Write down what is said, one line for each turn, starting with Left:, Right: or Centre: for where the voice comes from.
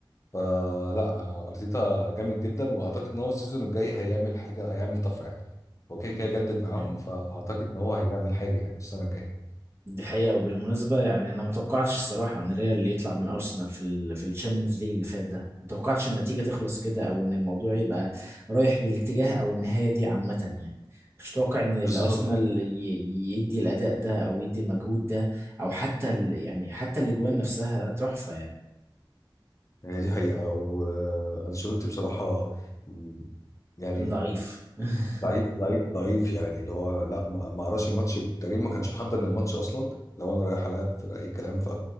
Left: فلا ارتيتا جامد جدا واعتقد ان هو السيزون الجاي هيعمل حاجه هيعمل طفره يعني هو كده
Right: قوي
Left: كده جدد معاهم فاعتقد ان هو هيعمل حاجه يعني السنه الجايه
Right: دي حقيقة وبالمناسبة يعني أنا متوقعتش الصراحة إن ريال يطلع من أرسنال في ال في الشامبيونز ليج اللي فات ده متوقعتش النتيجة تخلص كده أو إن الموضوع يبقى رايح بالاتجاه أو النهاية دي عامة يعني مش متوقع إن الأرسنال
Left: بالظبط
Right: ي- يدي الأداء ده أو يدي المجهود ده أو حتى ال يعني حتى الأجوان نفسها تحفة يعني
Left: هي دي حقيقة وأنشيلوتي بصراحة مم، يعني
Right: كان ضعيف <laughs>
Left: ضعيف ضعيف ضعيف يعني اللي هو لا ما ما قراش الماتش تقريبا ما كانش محضر للماتش اصلا لو انا رايح العب فرقه اي كلام ف